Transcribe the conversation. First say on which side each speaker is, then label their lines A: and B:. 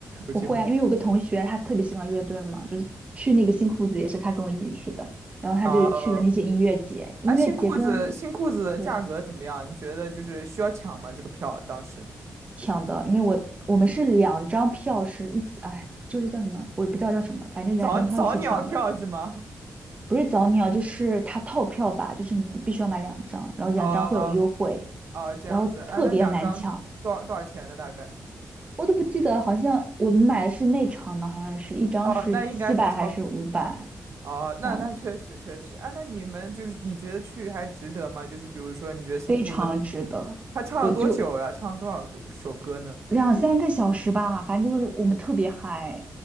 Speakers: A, on the right; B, on the right.
A: 有机会
B: 我会啊，因为有个同学他特别喜欢乐队嘛，就是去那个新裤子也是他跟我一起去的，然后他就去了那些音乐节，
A: 啊，
B: 音乐节跟
A: 哎，新裤子新裤子的价格怎么样？
B: 对
A: 你觉得就是需要抢吗？这个票当时
B: 抢的，因为我我们是两张票是一起，哎，就是叫什么，我也不知道叫什么，反正两张票一起抢的。
A: 早早鸟票是吗？
B: 不是早鸟，就是他套票吧，就是你必须要买两张，然后两张会有优惠，
A: <laughs> 啊。哦，这样子，
B: 然后特别难抢，
A: 哎，那两张多少多少钱呢？大概？
B: 我都不记得，好像我们买的是内场的，好像是一张是七百还是五百，
A: 哦，那应该是超过，哦，那那确实确实，
B: 忘了，
A: 哎，那你们就是你觉得去还值得吗？就是比如说，你觉得新裤子
B: 非常值得，
A: 他唱了多久呀？
B: 我就
A: 唱了多少个首歌呢？
B: 两三个小时吧，反正就是我们特别嗨，